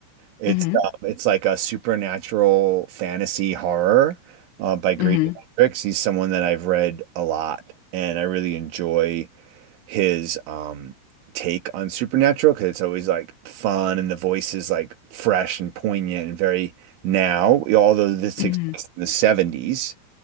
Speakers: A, on the right (about 70°); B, on the left (about 85°).
A: It's
B: Mm-hmm.
A: um, it's like a supernatural fantasy horror uh, by Great
B: Mm-hmm.
A: Hendricks. He's someone that I've read a lot, and I really enjoy his um, take on supernatural because it's always like fun and the voice is like fresh and poignant and very now. Although this takes
B: Mm-hmm.
A: place in the 70s,